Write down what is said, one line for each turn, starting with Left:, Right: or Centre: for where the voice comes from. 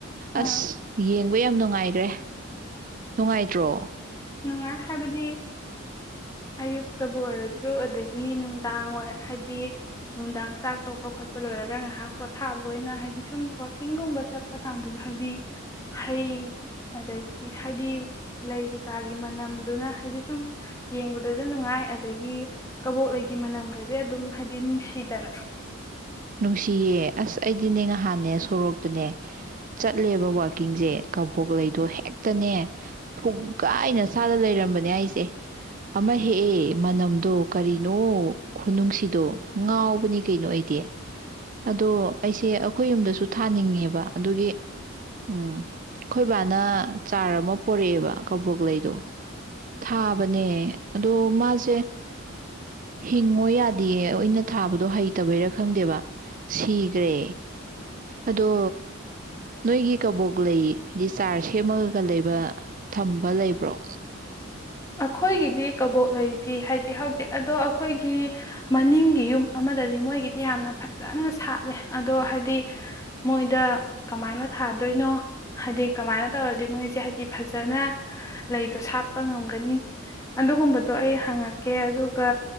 Left: ꯑꯥ
Right: ꯑꯁ ꯌꯦꯡꯕ ꯌꯥꯝ ꯅꯨꯡꯉꯥꯏꯈ꯭ꯔꯦ ꯅꯨꯡꯉꯥꯏꯇ꯭ꯔꯣ
Left: ꯅꯨꯡꯉꯥꯏ ꯍꯥꯏꯕꯗꯤ ꯑꯌꯨꯛꯇꯕꯨ ꯑꯣꯏꯔꯁꯨ ꯑꯗꯒꯤ ꯅꯨꯡꯗꯥꯡ ꯋꯥ ꯍꯥꯏꯗꯤ ꯅꯨꯡꯗꯥꯡ ꯆꯥꯛ ꯇꯣꯛꯄ ꯈꯣꯠꯄ ꯂꯣꯏꯔꯒ ꯉꯥꯏꯍꯥꯛ ꯄꯣꯊꯥꯕ ꯑꯣꯏꯅ ꯍꯥꯏꯗꯤ ꯁꯨꯝ ꯋꯥꯛꯀꯤꯡꯒꯨꯝꯕ ꯆꯠꯄ ꯀꯥꯟꯗꯨꯗ ꯍꯥꯏꯗꯤ ꯍꯩ ꯑꯗꯒꯤ ꯍꯥꯏꯗꯤ ꯂꯩ ꯆꯥꯒꯤ ꯃꯅꯝꯗꯨꯅ ꯍꯥꯏꯗꯤ ꯁꯨꯝ ꯌꯦꯡꯕꯗꯁꯨ ꯅꯨꯡꯉꯥꯏ ꯑꯗꯒꯤ ꯀꯕꯣꯛꯂꯩꯒꯤ ꯃꯅꯝꯒꯁꯦ ꯑꯗꯨꯝ ꯍꯥꯏꯗꯤ ꯅꯨꯡꯁꯤꯗꯅ
Right: ꯅꯨꯡꯁꯤꯌꯦ ꯑꯁ ꯑꯩꯗꯤꯅꯦ ꯅꯍꯥꯟꯅꯦ ꯁꯣꯔꯣꯛꯇꯅꯦ ꯆꯠꯂꯦꯕ ꯋꯥꯛꯀꯤꯡꯁꯦ ꯀꯕꯣꯛ ꯂꯩꯗꯣ ꯍꯦꯛꯇꯅꯦ ꯐꯨꯒꯥꯏꯅ ꯁꯥꯥꯅ ꯂꯩꯔꯝꯕꯅꯦ ꯑꯩꯁꯦ ꯑꯃ ꯍꯦꯛꯑꯦ ꯃꯅꯝꯗꯣ ꯀꯔꯤꯅꯣ ꯈꯨꯅꯨꯡꯁꯤꯗꯣ ꯉꯥꯎꯕꯅꯤ ꯀꯩꯅꯣ ꯑꯩꯗꯤ ꯑꯗꯣ ꯑꯩꯁꯦ ꯑꯩꯈꯣꯏ ꯌꯨꯝꯗꯁꯨ ꯊꯥꯅꯤꯡꯉꯦꯕ ꯑꯗꯨꯒꯤ ꯎꯝ ꯑꯩꯣꯏꯕꯥꯅ ꯆꯥꯔ ꯑꯃ ꯄꯣꯔꯛꯑꯦꯕ ꯀꯣꯛꯂꯗꯣ ꯊꯥꯕꯅꯦ ꯑꯗꯣ ꯃꯥꯁꯦ ꯍꯤꯡꯉꯣ ꯌꯥꯗꯦ ꯑꯣꯏꯅ ꯊꯥꯕꯗꯣ ꯍꯩꯇꯕꯩꯔ ꯈꯪꯗꯦꯕ ꯁꯤꯈ꯭ꯔꯦ ꯑꯗꯣ ꯅꯣꯏꯒꯤ ꯀꯕꯣꯛ ꯂꯩ ꯍꯥꯏꯗꯤ ꯆꯥꯔ ꯁꯦꯝꯃꯒꯒ ꯂꯩꯕ ꯊꯝꯕ ꯂꯩꯕ꯭ꯔꯣ
Left: ꯑꯩꯈꯣꯏꯒꯤꯗꯤ ꯀꯕꯣꯛ ꯂꯩꯗꯤ ꯍꯥꯏꯗꯤ ꯍꯧꯗꯤꯤ ꯑꯗꯣ ꯑꯩꯈꯣꯏꯒꯤ ꯃꯅꯤꯡꯒꯤ ꯌꯨꯝ ꯑꯃꯗꯗꯤ ꯃꯣꯏꯒꯤꯗꯤ ꯌꯥꯝꯅ ꯐꯖꯅ ꯁꯥꯠꯂꯦ ꯑꯗꯣ ꯍꯥꯏꯗꯤ ꯃꯣꯏꯗ ꯀꯃꯥꯏꯅ ꯊꯥꯗꯣꯏꯅꯣ ꯍꯥꯏꯗꯤ ꯀꯃꯥꯏꯅ ꯇꯧꯔꯗꯤ ꯃꯣꯏꯁꯦ ꯍꯥꯏꯗꯤ ꯐꯖꯅ ꯂꯩꯗꯣ ꯁꯥꯠꯄ ꯉꯝ ꯍꯪꯒꯅꯤ ꯑꯗꯨꯒꯨꯝꯕꯗꯣ ꯑꯩ ꯍꯪꯉꯛꯀꯦ ꯑꯗꯨꯒ